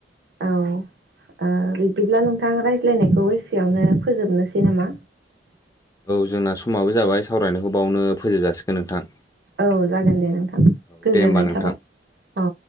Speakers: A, on the right (about 70°); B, on the left (about 20°).
A: औ ओ बिदिब्ला नों थां रायज्लायनायखौ एसेयावनो फोजोबनोसै नामा?
B: औ जोंना समाबो जाबाय। सावरायनायखौ बावनो फोजोब जाासिगोन नोंथां।
A: औ
B: <inaudible>
A: जागोन दे नोंथां
B: औ
A: गोजोननाय
B: दे होमबा नोंथां।
A: थाबाय औ